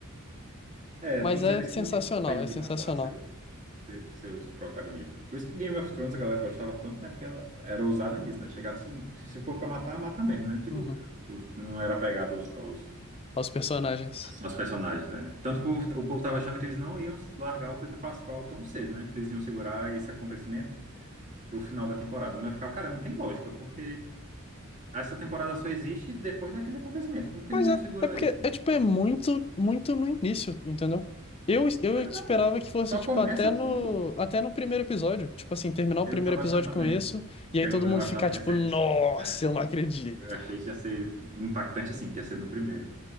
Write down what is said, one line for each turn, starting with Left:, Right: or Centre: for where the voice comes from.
Right: É,
Left: Mas
Right: tem séries
Left: é sensacional,
Right: que não tem coragem
Left: é
Right: de
Left: sensacional.
Right: matar seu, os seus protagonistas. Por isso que Game of Thrones a galera gostava tanto, né? Porque ela era ousada nisso, né? Chegava assim, se for pra matar, mata mesmo, né? Tipo,
Left: Uhum.
Right: o- não era pegado aos, aos,
Left: Aos personagens.
Right: aos personagens, né? Tanto que o povo, o povo tava achando que eles não iam largar o Pedro Pascal tão cedo, né? Que eles iam segurar esse acontecimento pro final da temporada. Mas eu ficava, cara, não tem lógica, porque essa temporada só existe depois daquele acontecimento. Como que
Left: Mas
Right: eles iam
Left: é,
Right: segurar
Left: é porque
Right: isso?
Left: é tipo, é muito, muito no início, entendeu? Eu, eu
Right: É,
Left: esperava
Right: não.
Left: que fosse,
Right: Só
Left: tipo,
Right: começa
Left: até no,
Right: tudo.
Left: até no primeiro episódio. Tipo assim, terminar o
Right: Eu
Left: primeiro
Right: tava
Left: episódio
Right: achando também.
Left: com isso, e aí
Right: Eu,
Left: todo mundo
Right: eu achava
Left: ficar,
Right: que
Left: tipo,
Right: ia ser.
Left: nossa,
Right: é.
Left: eu não acredito.
Right: Eu achei que ia ser impactante assim, que ia ser no primeiro.